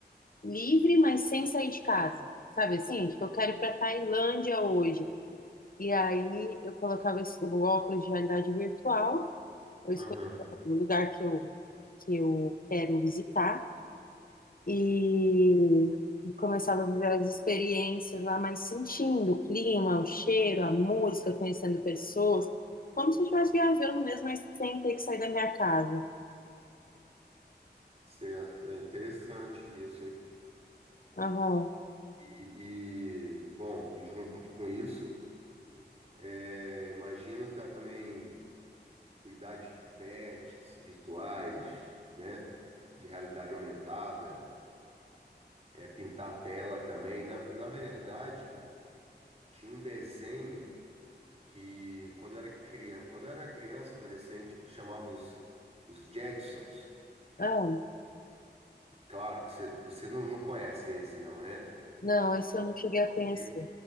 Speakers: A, on the left (about 55°); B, on the right (about 35°).
A: livre, mas sem sair de casa. Sabe assim? Tipo, eu quero ir para Tailândia hoje. E aí eu colocava esse- o óculos de realidade virtual. Eu escolhi
B: Aham.
A: o lugar que eu, que eu quero visitar e começava a viver as experiências lá, mas sentindo o clima, o cheiro, a música, conhecendo pessoas, como se eu estivesse viajando mesmo, mas sem ter que sair da minha casa.
B: Certo. É interessante isso, hein?
A: Aham.
B: E, e, bom, e junto com isso, é, imagina também cuidar de pets virtuais, né? De realidade aumentada, é pintar a tela também. Na, na verdade, tinha um desenho. que quando eu era criança, quando eu era criança, adolescente, chamava os, os Jetsons.
A: Ah,
B: Claro que você, você não, não conhece esse não, né?
A: não, esse eu não cheguei a conhecer.
B: E,